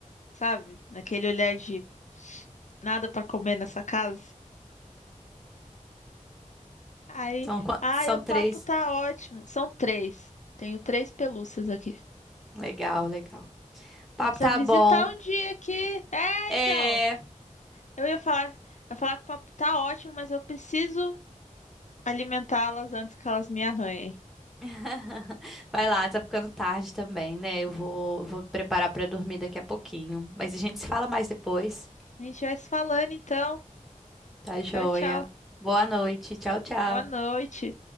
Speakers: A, on the left (about 65°); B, in the centre.
A: sabe? Naquele olhar de nada pra comer nessa casa. Aí,
B: São, qua-
A: ai,
B: são
A: o papo
B: três.
A: tá ótimo. São três. Tenho três pelúcias aqui.
B: Legal, legal. O papo
A: Você precisa
B: tá
A: visitar
B: bom.
A: um dia aqui. É,
B: É.
A: então. Eu ia falar, eu ia falar que o papo tá ótimo, mas eu preciso alimentá-las antes que elas me arranhem.
B: <laughs> Vai lá, tá ficando tarde também, né? Eu vou, vou me preparar pra dormir daqui a pouquinho. Mas a gente se fala mais depois.
A: A gente vai se falando, então.
B: Tá joia.
A: Tchau, tchau.
B: Boa noite. Tchau, tchau.
A: Boa noite.